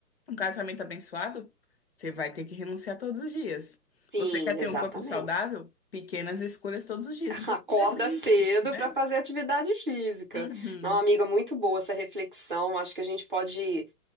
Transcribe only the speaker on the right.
Sim,
exatamente.
<laughs>
Acorda
cedo
para fazer atividade física.
Não, amiga, muito boa essa reflexão. Acho que a gente pode,